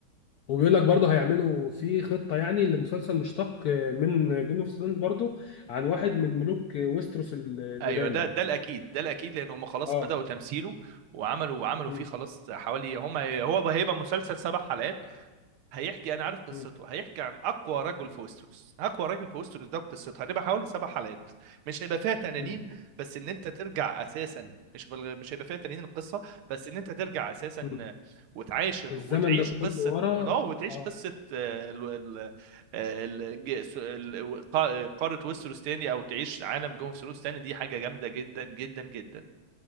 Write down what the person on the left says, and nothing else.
وبيقول لك برضه هيعملوا في خطه يعني لمسلسل مشتق من جيم اوف ثرونز برضه عن واحد من ملوك ويستروس ال- القدام
اه
مم.
مم.
مم.
مم.
الزمن
ده كله
ورا
اه